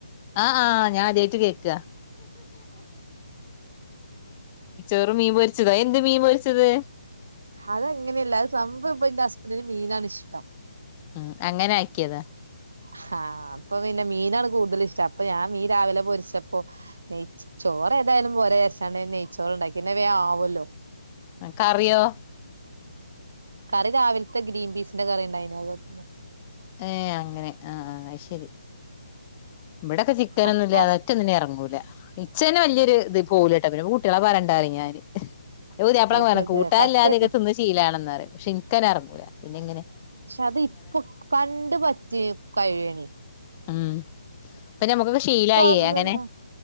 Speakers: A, on the left; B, on the right.
A: ആ ആഹ് ഞാൻ അദ്യായിട്ട് കേക്കാ വെറും മീൻ പൊരിച്ചതോ എന്ത് മീൻ പൊരിച്ചത്
B: അത് അങ്ങനെയല്ല അത് സംഭവം ഇപ്പം എന്റെ ഹസ്ബൻഡന് മീനാണ് ഇഷ്ടം
A: ഉം അങ്ങനെ ആക്കിയതാ
B: ഹാ അപ്പൊ പിന്നെ മീനാണ് കൂടുതൽ ഇഷ്ടം അപ്പൊ ഞാൻ മീൻ രാവിലെ പൊരിച്ചപ്പോ നൈ ചോറ് എന്തായാലും പോരേ ശകലം നെയ്ച്ചോർ ഉണ്ടാക്കി ന്നാവേ ആവോല്ലോ
A: കറിയോ
B: കറി രാവിലത്തെ ഗ്രീൻ പീസിന്റെ കറി ണ്ടായിനു അത് തി
A: ഏ അങ്ങനെ ആ ആ അയ് ശരി ഇവിടൊക്കെ ചിക്കനൊന്നുല്ലാതെ
B: അപ്പൊ ഹസ്
A: ഒറ്റൊന്നിനും എറങ്ങൂല ഇച്ചന്നെ വലിയൊരു ഇത് പോകൂലട്ടൊ പിന്നെ കുട്ട്യാളെ പറയണ്ടാ പറിം ഞാൻ എന്റെ പുതിയപ്പളാ
B: അതെ
A: പറഞ്ഞു
B: അതെ
A: കൂട്ടാനില്ലാതൊക്കെ
B: സത്യായിട്ടും
A: തിന്ന് ശീലാവാണെന്ന് പക്ഷെ- എനിക്കങ്ങനെ എറങ്ങൂല പിന്നെങ്ങനെ
B: പക്ഷെ അത് ഇപ്പൊ കണ്ട് പറ്റി കഴിഞ്ഞു
A: ഉം ഇപ്പൊ ഞമ്മുക്കൊക്കെ ശീലായ്
B: ഒന്നുല്ല
A: അങ്ങനെ-